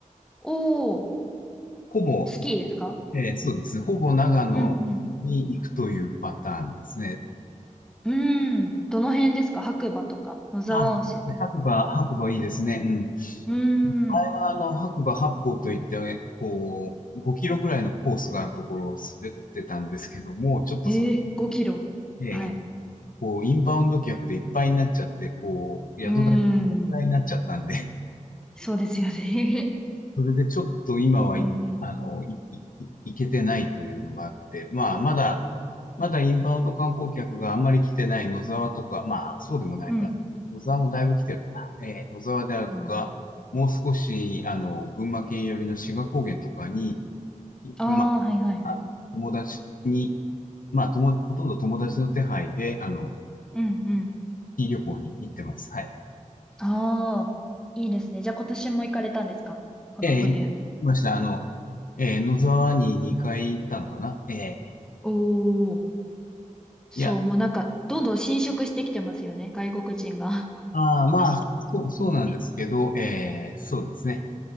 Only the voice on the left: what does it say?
ほぼ、
えーそうですね。ほぼ長野に行くというパターンですね。
あ、白馬、白馬いいですね。うん。
あれはあの、
白馬八方といって、こう、5キロぐらいのコースがあるところを滑ってたんですけども、ちょっとそ、
えー
こう、インバウンド客でいっぱいになっちゃって、こう、宿代がいっぱいになっちゃったんで
それでちょっと今はい、
あの、い、い、いいけてないというのがあって、まあ、まだ、まだインバウンド観光客があんまり来てない野沢とか、まあ、そうでもないかな。
野沢もだいぶ来てるな。えー野沢であるとか、
もう少し、あの、群馬県寄りの志賀高原とかに、
ま
あ、あの友達に、まあ、とも、ほとんど友達の手配で、あの、
いい旅行に行ってます。はい。
えー行きました。あの、えー野沢に2回行ったのかなえー
いや、
ああ、まあ、そう、そうなんですけど、
えーそうですね。